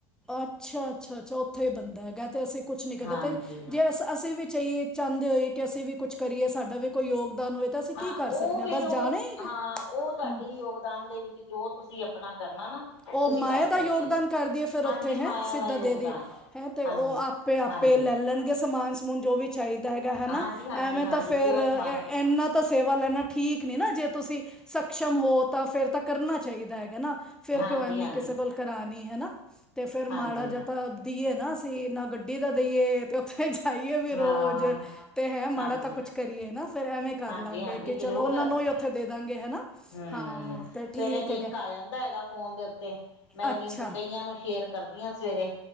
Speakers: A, in the centre; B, on the left (about 75°).
A: ਅੱਛਾ- ਅੱਛਾ, ਅੱਛਾ ਉੱਥੇ ਬੰਦਾ ਹੈਗਾ ਤੇ ਅਸੀਂ ਕੁਛ ਨੀ ਕਰਨਾ
B: ਹਾਂਜੀ
A: ਤੇ ਜੇ ਅ ਅਸੀਂ ਵੀ ਚਾਹੀਏ ਚਾਹੁੰਦੇ ਹੋਏ ਕਿ ਅਸੀਂ ਵੀ ਕੁਛ ਕਰੀਏ ਸਾਡਾ ਵੀ ਕੋਈ ਯੋਗਦਾਨ ਹੋਏ। ਤਾਂ ਅਸੀਂ
B: ਹਾਂ
A: ਕੀ ਕਰ
B: ਉਹ
A: ਸਕਦੇ ਹਾਂ
B: ਫੇਰ
A: ਬਸ
B: ਉਹ
A: ਜਾਣਾ ਹੀ ਹੈਗਾ
B: ਹਾਂ ਉਹ ਤੁਹਾਡੀ
A: ਹੂੰ
B: ਯੋਗਦਾਨ ਦੇ ਵਿੱਚ ਜੋ ਤੁਸੀਂ ਆਪਣਾ ਕਰਨਾ ਨਾ
A: ਉਹ
B: ਤੁਸੀਂ
A: ਮਾਇਆ
B: ਕਰ
A: ਦਾ
B: ਸਕਦੇ
A: ਯੋਗਦਾਨ
B: ਹੋ।
A: ਕਰਦੀਏ ਫੇਰ
B: ਹਾਂਜੀ
A: ਉੱਥੇ ਹੈਂ,
B: ਮਾਇਆ
A: ਸਿੱਧਾ
B: ਦਾ ਯੋਗਦਾਨ
A: ਦੇ ਦੀਏ ਹੈਂ ਤੇ
B: ਹਾਂਜੀ।
A: ਉਹ ਆਪ ਤੇ ਆਪੇ
B: ਹਾਂਜੀ,
A: ਲੈ ਲੈਣਗੇ ਸਮਾਨ ਸਮੂਨ ਜੋ ਵੀ ਚਾਹੀਦਾ ਹੈਗਾ ਹੈਨਾ,
B: ਹਾਂਜੀ, ਹਾਂਜੀ,
A: ਐਵੇਂ
B: ਹਾਂਜੀ
A: ਤਾਂ ਫੇਰ
B: ਜੋ ਸਮਾਨ
A: ਇਨਾ ਤਾਂ ਸੇਵਾ ਲੈਣਾ ਠੀਕ ਨਹੀਂ ਨਾ ਜੇ ਤੁਸੀਂ ਸਸ਼ਮ ਹੋ ਤਾਂ ਫੇਰ ਤਾਂ ਕਰਨਾ ਚਾਹੀਦਾ ਹੈਗਾ ਨਾ। ਫੇਰ
B: ਹਾਂਜੀ,
A: ਕਿਉਂ ਇਨੀ
B: ਹਾਂਜੀ,
A: ਕਿਸੇ ਕੋਲ ਕਰਾਣੀ ਹੈਨਾ, ਤੇ ਫੇਰ ਮਾੜਾ
B: ਹਾਂਜੀ।
A: ਜਾਂ ਤਾਂ ਦੇਈਏ ਨਾ ਅਸੀਂ ਨਾ ਗੱਡੀ ਦਾ ਦੇਈਏ ਤੇ ਉੱਥੇ ਖਾਈਏ ਵੀ
B: ਹਾਂ
A: ਰੋਜ਼ ਤੇ ਹੈ ਮਾੜਾ
B: ਹਾਂਜੀ
A: ਤਾਂ ਕੁਛ ਕਰੀਏ ਨਾ। ਫਿਰ ਐਵੇਂ ਕਰ
B: ਹਾਂਜੀ
A: ਲਾਂਗੇ
B: ਹਾਂਜੀ
A: ਕਿ ਚਲੋ
B: ਜ਼ਰੂਰ
A: ਓਨਾਂ ਨੂੰ ਈ ਓਥੇ ਦੇ ਦਾਂਗੇ ਹਨਾ
B: ਹਮ
A: ਹਾਂ ਤੇ ਠੀਕ
B: ਸਵੇਰੇ ਲਿੰਕ
A: ਹੈਗਾ
B: ਆ ਜਾਂਦਾ ਹੈਗਾ ਫੋਨ ਦੇ ਉੱਤੇ ਮੈਂ
A: ਅੱਛਾ
B: ਲਿੰਕ ਕਈਆਂ ਨੂੰ ਸ਼ੇਅਰ ਕਰਦੀ ਆਂ ਸਵੇਰੇ।